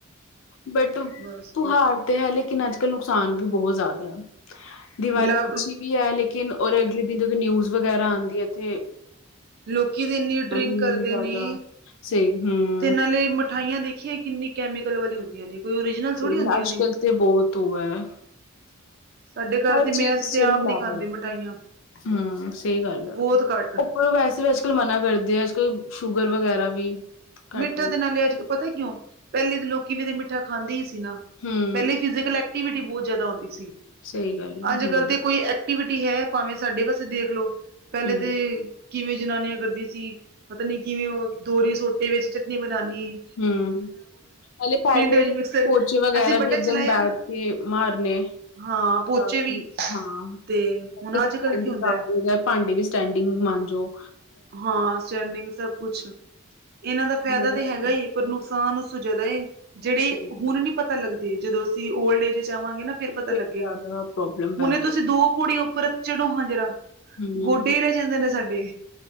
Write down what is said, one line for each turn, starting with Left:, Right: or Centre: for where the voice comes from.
Left: ਬਟ ਤਿਉਹਾਰ
Right: ਬਸ
Left: ਤੇ ਹੈ, ਲੇਕਿਨ ਅੱਜ-ਕੱਲ੍ਹ ਨੁਕਸਾਨ ਵੀ ਬਹੁਤ ਜ਼ਿਆਦਾ ਹੈ। ਦੀਵਾਲੀ
Right: ਮਿਲਾ
Left: ਅੱਛੀ ਵੀ ਹੈ, ਲੇਕਿਨ ਔਰ ਅਗਲੇ ਦਿਨ ਜਦੋਂ ਨਿਊਜ਼ ਵਗੈਰਾ ਆਉਦੀ ਹੈ ਇੱਥੇ
Right: ਲੋਕੀ ਤਾਂ, ਇੰਨੀ ਡਰਿੰਕ
Left: ਇੰਨੀ
Right: ਕਰਦੇ
Left: ਜ਼ਿਆਦਾ
Right: ਨੇ।
Left: ਸਹੀ, ਹਮ।
Right: ਤੇ ਨਾਲੇ ਮਿਠਾਈਆਂ ਦੇਖੀਆਂ, ਕਿੰਨੀ ਕੈਮੀਕਲ ਵਾਲੀਆਂ ਹੁੰਦੀਆਂ ਨੇ। ਕੋਈ ਓਰੀਜਨਲ ਥੋੜ੍ਹੀ
Left: ਹੀ
Right: ਹੁੰਦੀਆਂ
Left: ਅੱਜਕਲ
Right: ਨੇ
Left: ਤੇ ਬਹੁਤ ਉਹ ਹੈ
Right: ਸਾਡੇ ਘਰ
Left: ਹਰ
Right: ਤੇ
Left: ਚੀਜ਼
Right: ਮੈਂ ਅਸੀਂ ਤੇ
Left: ਚ
Right: ਆਪ
Left: ਮਿਲਾਵਟ
Right: ਨੀ ਖਾਂਦੇ ਮਿਠਾਈਆਂ
Left: ਹਮ ਸਹੀ ਗੱਲ ਆ
Right: ਬਹੁਤ ਘੱਟ
Left: ਪਰ ਉਹ ਵੈਸੇ ਵੀ ਅੱਜ- ਕੱਲ੍ਹ ਮਨਾ ਕਰਦੇ ਆ। ਅੱਜ- ਕੱਲ ਸ਼ੂਗਰ ਵਗੈਰਾ ਵੀ ਘੱਟ
Right: ਮਿੱਠਾ ਦੇ ਨਾਲੇ ਅੱਜ ਕਲ ਪਤਾ ਕਿਉਂ ਪਹਿਲੇ ਲੋਕੀ ਵੀ ਤਾਂ ਮਿੱਠਾ ਖਾਂਦੇ ਹੀ ਸੀ।
Left: ਹੂੰ,
Right: ਪਹਿਲੇ ਫਿਜੀਕਲ ਐਕਟੀਵਿਟੀ ਬਹੁਤ ਜ਼ਿਆਦਾ ਹੁੰਦੀ ਸੀ,
Left: ਸਹੀ ਗੱਲ ਆ
Right: ਅੱਜ
Left: ਹੂੰ,
Right: ਕੱਲ ਤੇ ਕੋਈ ਐਕਟੀਵਿਟੀ ਹੈ, ਭਾਵੇਂ ਸਾਡੇ ਵਾਸਤੇ ਦੇਖਲੋ, ਪਹਿਲੇ
Left: ਹੂੰ,
Right: ਤੇ ਕਿਵੇਂ ਜਨਾਨੀਆਂ ਕਰਦੀਆਂ ਸੀ ਪਤਾ ਨੀ ਕਿਵੇਂ ਉਹ ਦੋਹਰੀ ਸੋਟੇ ਵਿੱਚ ਚਟਨੀ ਬਣਾਣੀ
Left: ਹਮ ਹਲੇ ਪਹਿਲੇ
Right: ਵਿੱਚ ਮਿਕਸਰ
Left: ਕੋਚੇ ਵਗੈਰਾ
Right: ਅਸੀਂ ਬਟਨ
Left: ਵੀ ਇੱਕਦਮ
Right: ਚਲਾਇਆ
Left: ਬੈਠ ਕੇ ਮਾਰਨੇ
Right: ਹਾਂ ਪੋਚੇ
Left: ਸਾਫ
Right: ਵੀ
Left: <unintelligible>
Right: ਤੇ ਹੁਣ ਅੱਜ ਕੱਲ ਕੀ
Left: ਵੀ
Right: ਹੁੰਦਾ
Left: ਹਾਂ
Right: ਹੈ,
Left: ਭਾਂਡੇ ਵੀ ਸਟੈਂਡਿੰਗ ਮੰਜੋ।
Right: ਹਾਂ ਸਟੈਂਡਿੰਗ ਸਭ ਕੁਛ ਇਹਨਾਂ ਦਾ ਫਾਇਦਾ
Left: ਬਹੁਤ
Right: ਤੇ ਹੈਗਾ
Left: ਜ਼ਿਆਦਾ
Right: ਹੀ ਏ ਪਰ ਨੁਕਸਾਨ ਉਸ ਜ਼ਿਆਦਾ ਏ, ਜਿਹੜੇ
Left: ਸਹੀ
Right: ਹੁਣ
Left: ਗੱਲ
Right: ਨੀ ਪਤਾ ਲੱਗਦੇ, ਜਦੋਂ ਅਸੀਂ ਓਲਡ ਏਜ 'ਚ ਆਵਾਂਗੇ ਨਾ ਫਿਰ ਪਤਾ ਲੱਗੇਗਾ।
Left: ਜ਼ਿਆਦਾ ਪ੍ਰੋਬਲਮ ਪੈਂਦੀ
Right: ਹੁਣੇ ਤੁਸੀਂ ਦੋ ਪੌੜੀ ਉੱਪਰ ਚੜੋ ਹਾਂ ਜਰਾ
Left: ਹੂੰ,
Right: ਗੋਡੇ ਹੀ ਰਹਿ ਜਾਂਦੇ ਨੇ ਸਾਡੇ